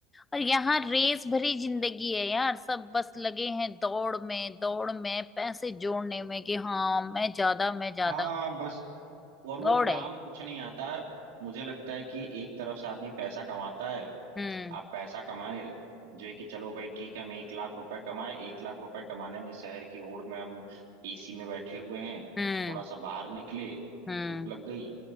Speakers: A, on the left; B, on the right.
A: और यहाँ रेस भरी जिंदगी है यार सब बस लगे हैं दौड़ में दौड़ में पैसे जोड़ने में कि हाँ मैं ज्यादा मैं ज्यादा
B: हाँ बस और वो
A: दौड़
B: काम
A: है
B: कुछ नहीं आता है मुझे लगता है कि एक तरफ से आदमी पैसा कमाता है
A: हम्म
B: आप पैसा कमाए जो है कि चलो भाई ठीक है हम एक लाख रुपए कमाए एक लाख रुपए कमाने में शहर की होड़ में हम एसी में बैठे हुए हैं
A: हम्म
B: थोड़ा सा बाहर निकले
A: हम्म
B: धूप लग गई